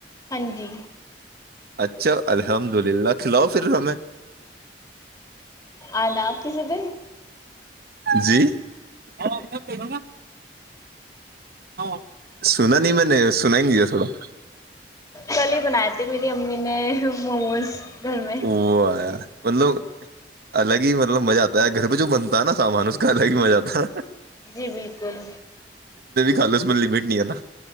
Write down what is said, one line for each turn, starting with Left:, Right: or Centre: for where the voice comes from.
Left: ہاں جی
Right: اچھا الحمد للہ کلاؤ پر میں
Left: آد کییس تھ
Right: جی اور میں کہوںا <inaudible> سنا نہیں میں نے سنا ہی نہیںیا تھوڑا <inaudible>
Left: کل ہی بنائے تھے میری امی نے موموز <inaudible> گھر میں
Right: وہ آیا مطلب الگ ہی مطلب مزہ آتا ہے یار گھر پہ جو بنتا ہے نا سامان اس کا الگ ہی مزہ آتا ہے
Left: جی بالکل
Right: کلو م لمیٹ نہیں ہے نا